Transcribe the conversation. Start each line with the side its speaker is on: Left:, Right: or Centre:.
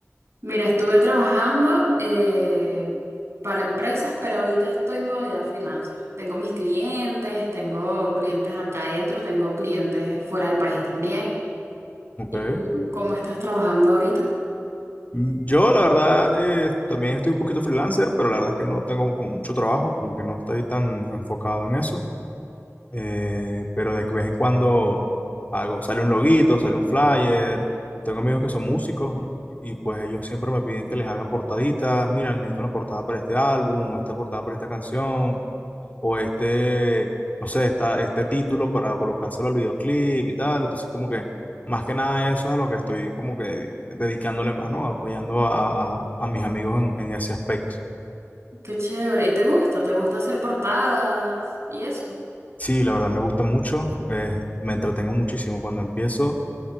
Right: Mira, estuve trabajando eh, para empresas, pero ahorita estoy en modalidad freelancer. Tengo mis clientes, tengo clientes acá adentro, tengo clientes fuera del país también.
Left: Ok.
Right: ¿Y tú cómo estás trabajando ahorita?
Left: Mm, Yo, la verdad, eh, también estoy un poquito freelancer, pero la verdad es que no tengo como mucho trabajo, como que no estoy tan enfocado en eso. Eh, pero de que vez en cuando hago, sale un loguito, sale un flyer. Tengo amigos que son músicos y pues ellos siempre me piden que les haga portaditas. Mira, necesito una portada para este álbum o esta portada para esta canción o este, no sé, esta, este título para colocárselo al videoclip y tal. Entonces, como que más que nada eso es a lo que estoy como que dedicándole más, ¿no? Apoyando a, a- a mis amigos en, en ese aspecto.
Right: Qué chévere. ¿Y te gusta? ¿Te gusta hacer portadas y eso?
Left: Sí, la verdad me gusta mucho, eh, me entretengo muchísimo cuando empiezo.